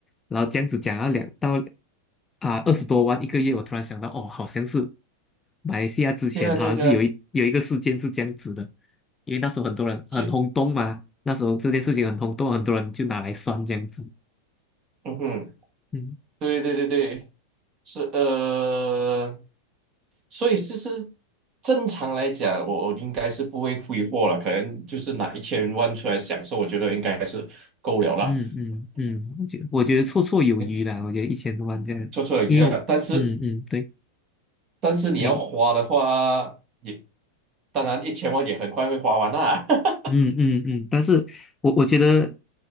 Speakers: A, on the left; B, on the right.
A: 然后这样子讲啊两到啊二十多万一个月，我突然想到哦，好像是马来西亚之前好像是有一有一个事件是这样子的，
B: 对啊对啊对啊，
A: 因为那时候很多人很轰动嘛，
B: 就
A: 那时候这件事情很轰动，很多人就拿来算这样子，
B: 嗯哼。
A: 嗯
B: 对对对对，是呃，所以其实正常来讲，我我应该是不会挥霍了，可能就是拿一千万出来享受，我觉得应该是够了啦。
A: 嗯嗯嗯，我觉得我觉得绰绰有余啦，
B: 你
A: 我觉得一千多万这样，
B: 绰绰有余了，
A: 因为我。
B: 但是
A: 嗯嗯，对。
B: 但是你要花的话，
A: 你
B: 也当然一千万也很快会花完啦。<laughs>
A: 嗯嗯嗯，但是我我觉得